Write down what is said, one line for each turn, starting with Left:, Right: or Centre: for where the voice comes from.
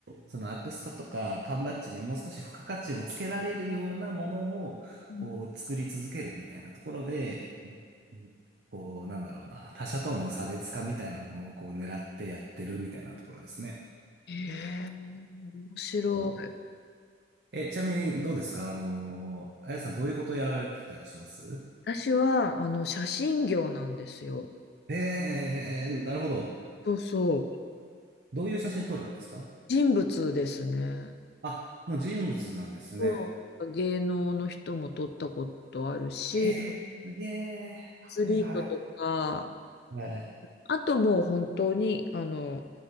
Right: そのアクスタとか缶バッジにもう少し付加価値をつけられるようなものをこう作り続けるみたいなところで、
Left: うん
Right: うんこうなんだろうな、他者との差別化みたいなのをこう狙ってやってるみたいなところですね。
Left: へえ面白い
Right: そうえ、ちなみにどうですかあの、あやさんどういうことやられてたりします
Left: 私はあの写真業なんですよ
Right: えー、なるほど。
Left: そうそう
Right: どういう写真撮るんですか
Left: 人物ですね
Right: あ、もう人物なんですね。
Left: そう、芸能の人も撮ったことあるし、
Right: え
Left: ア
Right: ー、すげえ。はいはい
Left: スリートとか、
Right: はい。
Left: あともう本当に、あの、